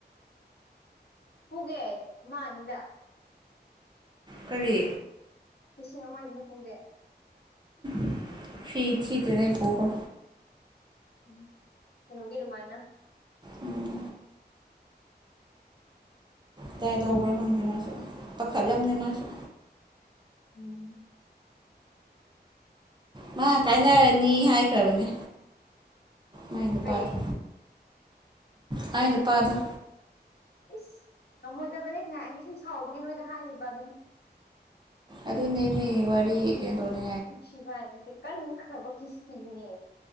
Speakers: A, on the left; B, on the right.
A: ꯄꯨꯒꯦ ꯑꯃ ꯑꯅꯤꯗ
B: ꯀꯔꯤ
A: ꯂꯤꯁꯤꯡ ꯑꯃ ꯑꯅꯤꯗ ꯄꯨꯒꯦ
B: <inaudible> ꯐꯤ ꯊꯤꯗ꯭ꯔꯤꯉꯩ ꯄꯨꯈ꯭ꯔꯣ
A: ꯎꯝ ꯀꯩꯅꯣꯒꯤ ꯑꯗꯨꯃꯥꯏꯅ
B: ꯎꯝ ꯀꯗꯥꯏ ꯇꯧꯕ꯭ꯔ ꯈꯪꯗꯦ ꯃꯥꯁꯨ ꯄꯥꯈꯠꯂꯝꯅꯦ ꯃꯥꯁꯨ
A: ꯎꯝ
B: ꯃꯥ ꯀꯥꯏꯅꯔꯅꯤ ꯍꯥꯏꯈ꯭ꯔꯕꯅꯦ ꯃꯥꯏ ꯅꯨꯄꯥꯗꯣ
A: ꯍꯣꯏꯌꯦ
B: ꯃꯥꯏ ꯅꯨꯄꯥꯗꯣ
A: ꯏꯁ ꯉꯝꯃꯣꯏꯗꯕꯅꯤ ꯉꯥꯏꯍꯥꯛꯒꯤ ꯁꯨꯝ ꯁꯥꯎꯕꯒꯤ ꯅꯣꯏꯗ ꯍꯥꯏꯔꯤꯕ ꯗꯨꯅꯤ
B: ꯑꯗꯨꯅꯦꯃꯤ ꯋꯥꯔꯤ ꯀꯩꯅꯣꯅꯦ
A: ꯅꯨꯡꯁꯤꯕ ꯍꯥꯏꯕꯁꯦ ꯀꯟꯈ꯭ꯔꯕ ꯀꯤꯁꯤꯗꯨꯅꯦ